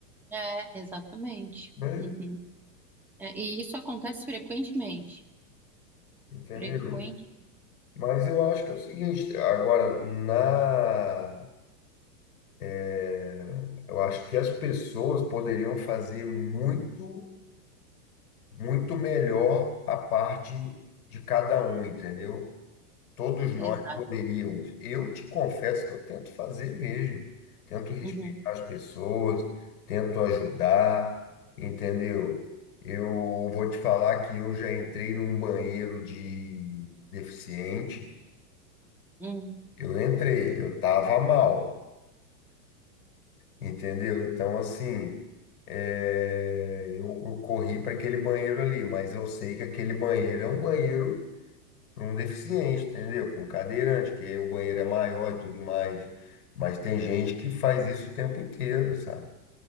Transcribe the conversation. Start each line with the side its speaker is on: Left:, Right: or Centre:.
Centre: É, exatamente.
Left: né?
Centre: Uhum. É, e isso acontece frequentemente.
Left: Entendeu?
Centre: Frequentemente.
Left: Mas eu acho que é o seguinte, agora, na É, Eu acho que as pessoas poderiam fazer muito, muito melhor a parte de cada um, entendeu? Todos nós
Centre: Exato.
Left: poderíamos. Eu te confesso que eu tento fazer mesmo. Tento respeitar
Centre: Uhum.
Left: as pessoas, tento ajudar, entendeu? Eu vou te falar que eu já entrei num banheiro de deficiente.
Centre: Uhum.
Left: Eu entrei, eu estava mal. Entendeu? Então, assim, é, eu, eu corri para aquele banheiro ali, mas eu sei que aquele banheiro é um banheiro para um deficiente, entendeu? Para um cadeirante, que o banheiro é maior e tudo mais. Mas tem gente que faz isso o tempo inteiro, sabe?